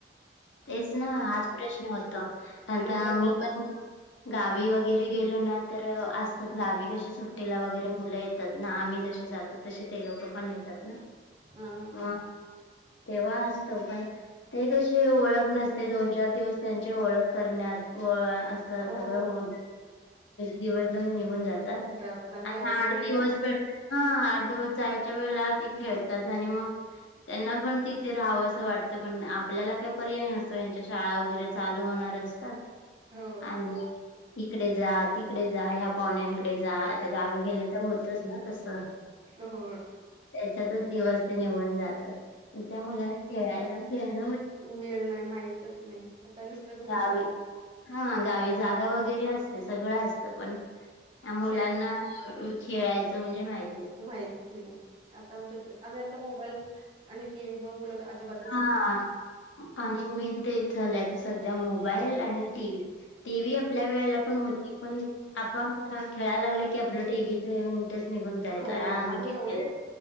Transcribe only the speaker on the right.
आणि जवळ
अ
हो
जातात
जायच्या
वेळेला
हो
हो
मिळणं माहितच नाही आता नुसतं घरीच
असतात
खेळ
माहित नाही आता आमच्या आ आता मोबाईल आणि टीव्ही मु मुला अजिबात
हो
आणि
एवढे